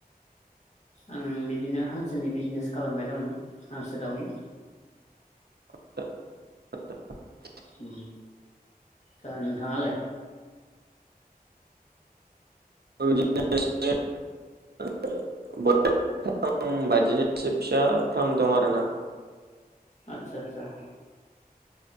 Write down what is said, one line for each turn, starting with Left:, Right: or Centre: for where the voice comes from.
Left: आं बिदिनो हांसोनि बिजनेस खालामबाय दं हांसो दाउनि
Right: <inaudible>
Left: उम दा नोंथांङालाय
Right: बिदिनो <unintelligible> बायदिनोफिसा फार्म दं आरोना
Left: आतसा आतसा